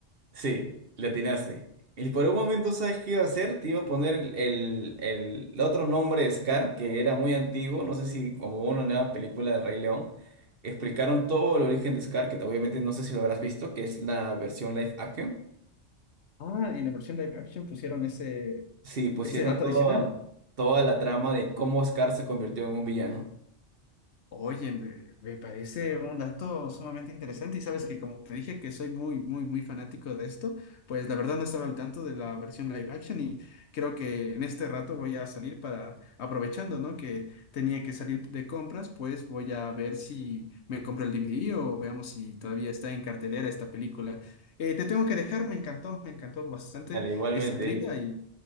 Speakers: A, on the right (about 55°); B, on the left (about 70°).
A: Sí, le atinaste. Y por un momento, ¿sabes qué iba a hacer? Te iba a poner el, el, el otro nombre de Scar, que era muy antiguo, no sé si como hubo una nueva película de Rey León, explicaron todo el origen de Scar, que obviamente no sé si lo habrás visto, que es la versión live action.
B: Ah, en la versión live action pusieron ese,
A: Sí, pusieron
B: ese dato
A: toda,
B: adicional.
A: toda la trama de cómo Scar se convirtió en un villano.
B: Oye, me, me parece un dato sumamente interesante y sabes que como te dije que soy muy, muy, muy fanático de esto, pues la verdad no estaba al tanto de la versión live action y creo que en este rato voy a salir para, aprovechando, ¿no? Que tenía que salir de compras, pues voy a ver si me compro el DVD o veamos si todavía está en cartelera esta película. Eh, te tengo que dejar, me encantó, me encantó bastante
A: Dale, igualmente,
B: esta trivia
A: Eric.
B: y